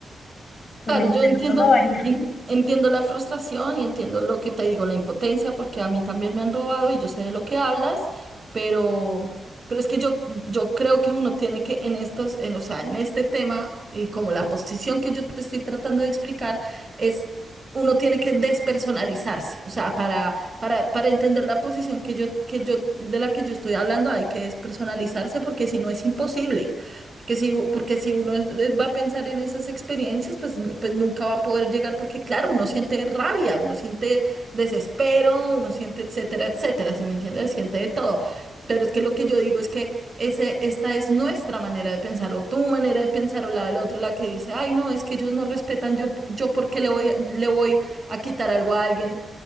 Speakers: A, on the left (about 60°); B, on the right (about 40°).
A: No,
B: Claro,
A: mentira,
B: yo entiendo,
A: no lo robaría,
B: en- entiendo la frustración y entiendo lo que te digo, la impotencia, porque a mí también me han robado y yo sé de lo que hablas, pero, pero es que yo, yo creo que uno tiene que en estos, en, o sea, en este tema y como la posición que yo te estoy tratando de explicar es uno tiene que despersonalizarse, o sea, para, para, para entender la posición que yo, que yo, de la que yo estoy hablando hay que despersonalizarse porque si no es imposible. Porque si, porque si uno es- va a pensar en esas experiencias, pues, n- pues nunca va a poder llegar, porque claro, uno siente rabia, uno siente desespero, uno siente etcétera, etcétera, si me entiendes? Siente de todo. Pero es que lo que yo digo es que ese, esta es nuestra manera de pensar, o tu manera de pensar, o la del otro, la que dice, ay, no, es que ellos no respetan, yo, p- yo porque le voy, a- le voy a quitar algo a alguien